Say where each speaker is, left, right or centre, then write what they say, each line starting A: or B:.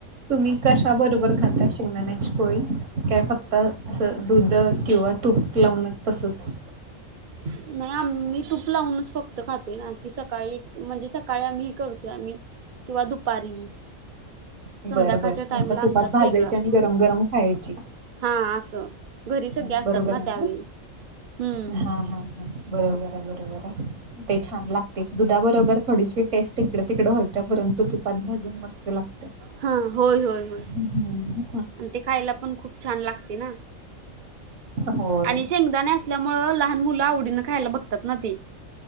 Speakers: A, on the right; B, on the right.
A: तुम्ही कशा बरोबर खाता शेंगदाण्याची पोळी? काय फक्त असं दुध किंवा तूप लावून तसंच.
B: नाही आम्ही तूप लावूनच फक्त खातोय ना की सकाळी एक म्हणजे सकाळी आम्ही हे करतोय आम्ही किंवा दुपारी
A: बरं,
B: संध्याकाळच्या
A: बरं.
B: टाईमला
A: नुसतं
B: आमच्यात
A: तुपात भाजायची
B: वेगळं असत
A: आणि गरम गरम खायची.
B: हा अस घरी सगळे
A: हा,
B: असतात
A: बरोबर
B: ना
A: आहे
B: त्यावेळेस, हम्म
A: हा हा हा बरोबर आहे बरोबर आहे. ते छान लागते, दुधाबरोबर थोडीशी टेस्ट इकडे तिकडे होत्या परंतु तुपात भाजून मस्त लागते.
B: हा होय होय होय,
A: हम्म
B: आणि ते खायला पण खूप छान लागते ना.
A: होय.
B: आणि शेंगदाणे असल्या मुळं, लहान मुलं आवडीनं खायला बघतात ना ते.